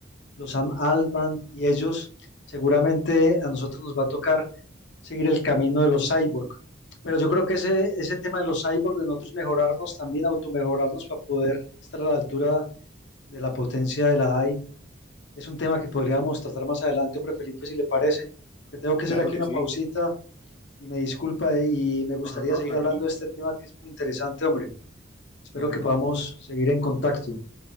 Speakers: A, on the left; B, on the left.
A: los Sam Altman y ellos, seguramente a nosotros nos va a tocar seguir el camino de los cyborg. Pero yo creo que ese, ese tema de los cyborg, de nosotros mejorarnos también, automejorarnos para poder estar a la altura de la potencia de la AI, es un tema que podríamos tratar más adelante, hombre Felipe, si le parece, que tengo que hacer
B: claro
A: aquí
B: que
A: una
B: sí.
A: pausita y me disculpa eh, y me gustaría
B: No, no, no,
A: seguir
B: tranquilo.
A: hablando de este tema que es muy interesante, hombre. Espero
B: No, no,
A: que
B: no.
A: podamos seguir en contacto.